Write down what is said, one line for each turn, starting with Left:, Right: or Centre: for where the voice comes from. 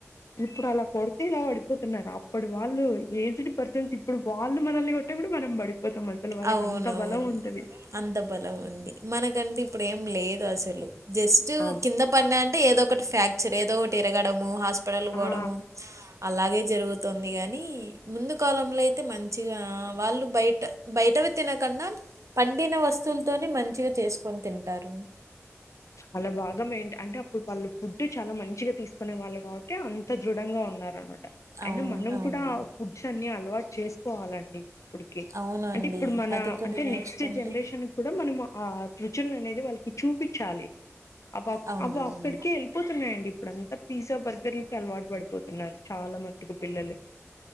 Left: ఇప్పుడు అలా కొడితే ఇలా పడిపోతున్నారు అప్పుడు వాళ్ళు ఏజ్డ్ పర్సన్స్ ఇప్పుడు వాళ్ళు మనల్ని అంటే కూడా మనం పడి అసలు వాళ్ళకి
Right: అవునవును.
Left: అంత బలం ఉంటది
Right: అంత బలం ఉంది మనకంటే ఇప్పుడు ఏం లేదు అసలు జస్ట్
Left: ఆ
Right: కింద పడిన అంటే ఏదో ఒకటి ఫ్రాక్చర్ ఏదో ఒకటి ఇరగడము హాస్పిటల్ పోవడము
Left: ఆ
Right: అలాగే జరుగుతుంది గాని ముందు కాలంలో అయితే మంచిగా వాళ్ళు బయట బయటవి తినకన్న పండిన వస్తువులతోని మంచిగా చేసుకొని తింటారు
Left: అలా భాగం ఏంటి అంటే అప్పుడు వాళ్ళు ఫుడ్డు చాలా మంచిగా తీసుకునే వాళ్ళు కాబట్టి అంత దృ ఢంగా ఉన్నరనమాట అయినా
Right: అవును.
Left: మనం
Right: అవునండి.
Left: కూడా ఫుడ్స్ అన్ని అలవాటు చేసుకోవాలండి ఇప్పుడుకి
Right: అవునండి.
Left: అంటే ఇప్పుడు మన
Right: అది కూడా
Left: అంటే
Right: నేర్చుకుంటే
Left: నెక్స్ట్ జనరేషన్ కూడా మనం ఆ రుచులనేది వాళ్ళు చూపించాలి అపాప్
Right: అవునవును
Left: అవ్వక్కడికే ఎళ్ళిపోతున్నాయండి ఇప్పుడంతా పిజ్జా బర్గర్లు అలవాటు పడిపోతున్నారు చాలా మట్టుకు పిల్లలు
Right: మటుకు.